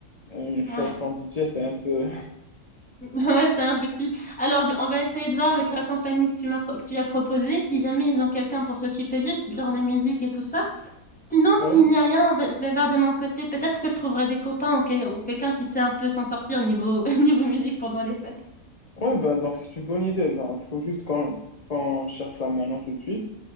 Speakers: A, on the left (about 30°); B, in the centre.
A: une fête
B: ouais.
A: sans DJ c'est un peu
B: <laughs> Ouais, c'est impossible. Alors, je- on va essayer de voir avec la compagnie que tu m'as pro- que tu as proposée, si jamais ils ont quelqu'un pour s'occuper juste genre des musiques et tout ça. Sinon, s'il
A: <laughs> ouais.
B: n'y a rien, on va- je vais voir de mon côté. Peut-être que je trouverai des copains ou, que- ou quelqu'un qui sait un peu s'en sortir niveau, <laughs> niveau musique pendant les fêtes.
A: Ouais, ben, donc c'est une bonne idée. Ben, faut juste qu'on qu'on cherche là maintenant tout de suite.